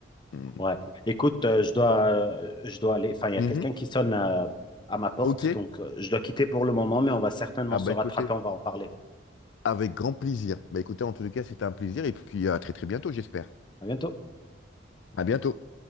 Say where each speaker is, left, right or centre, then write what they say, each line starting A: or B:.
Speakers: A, on the left; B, on the left.
A: Mm.
B: Ouais. Écoute, euh, je dois, euh, je dois aller. Enfin, il
A: Mhm.
B: y a quelqu'un qui sonne euh, à ma porte,
A: Ok.
B: donc euh, je dois quitter pour le moment, mais on va certainement
A: Ah
B: se
A: bah
B: rattraper.
A: écoutez.
B: On va en parler.
A: Avec grand plaisir. Bah écoutez, en tous les cas, c'était un plaisir et puis à très très bientôt, j'espère.
B: À bientôt.
A: À bientôt.